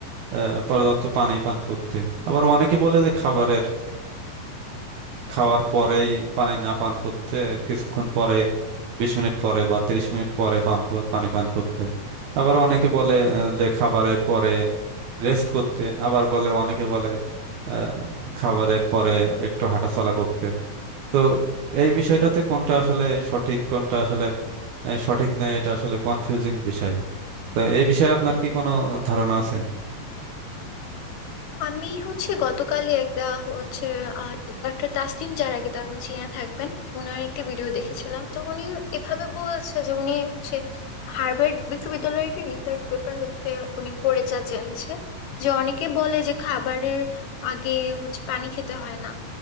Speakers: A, on the right; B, on the left.
A: আহ, পর্যাপ্ত পানি পান করতে আবার অনেকে বলে যে খাবারের খাওয়ার পরেই পানি না পান করতে কিছুক্ষণ পরে বিশ মিনিট পরে বা তিরিশ মিনিট পরে পান ক- পানি পান করতে আবার অনেকে বলে আহ, যে খাবারের পরে রেস্ট করতে আবার বলে অনেকে বলে আহ, খাবারের পরে একটু হাঁটাচলা করতে তো এই বিষয়টাতে কোনটা আসলে সঠিক কোনটা আসলে আহ, সঠিক নয় এটা আসলে কনফিউজিং বিষয় তো এই বিষয়ে আপনার কি কোনো ধারণা আছে
B: আমি হচ্ছে গতকালই একটা হচ্ছে আহ, একটা তাসনিম জারাকে তো আপনি চিনে থাকবেন ওনার একটি ভিডিও দেখেছিলাম তো উনি এভাবে বলছে যে উনি হচ্ছে হার্ভার্ড বিশ্ববিদ্যালয়ের একটি রিসার্চ পেপার হচ্ছে উনি পড়ে যা জেনেছে যে অনেকে বলে যে খাবারের আগে হচ্ছে পানি খেতে হয় না